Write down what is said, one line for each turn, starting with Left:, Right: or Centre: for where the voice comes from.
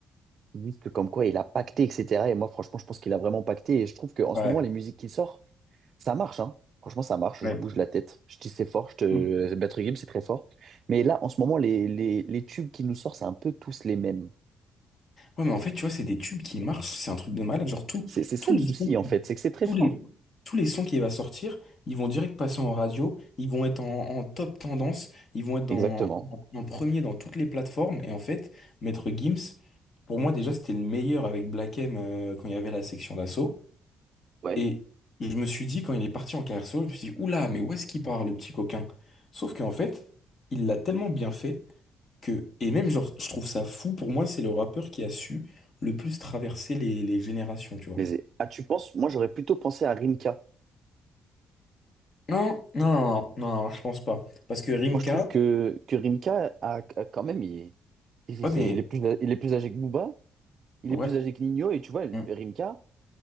Right: qui disent que comme quoi il a pacté, etc. Et moi, franchement, je pense qu'il a vraiment pacté. Et je trouve qu'en
Left: Ouais,
Right: ce moment, les musiques qu'il sort, ça marche, hein. Franchement, ça marche.
Left: ouais.
Right: Je bouge la tête. Je dis c'est fort. Je te...
Left: Mm.
Right: Maître Gims, c'est très fort. Mais là, en ce moment, les, les, les tubes qu'il nous sort, c'est un peu tous les mêmes.
Left: Ouais, mais en fait, tu vois, c'est des tubes qui marchent. C'est un truc de malade. Genre, tout,
Right: C'est c'est ça
Left: tous
Right: le
Left: les
Right: souci,
Left: sons.
Right: en fait, c'est que c'est très
Left: tous
Right: fort.
Left: les, tous les sons qui va sortir, ils vont direct passer en radio, ils vont être en, en top tendance, ils vont être dans,
Right: Exactement.
Left: en, en premier dans toutes les plateformes. Et en fait, Maître Gims, pour moi déjà, c'était le meilleur avec Black M euh, quand il y avait la section d'assaut.
Right: Ouais.
Left: Et je me suis dit, quand il est parti en carrière solo, je me suis dit, oula, mais où est-ce qu'il part, le petit coquin? Sauf qu'en fait, il l'a tellement bien fait que, et même genre, je trouve ça fou, pour moi, c'est le rappeur qui a su le plus traverser les, les générations, tu vois.
Right: Les... Ah, tu penses? Moi, j'aurais plutôt pensé à Rimka.
Left: Non, non, non, non, non, je pense pas. Parce que Rimka,
Right: Moi, je trouve que, que Rimka a, a- quand même, il, il,
Left: oh
Right: c'est-
Left: mais,
Right: il est plus, il est plus âgé que Booba, il
Left: ouais,
Right: est plus âgé que Nino, et tu vois, Rimka,
Left: hmm,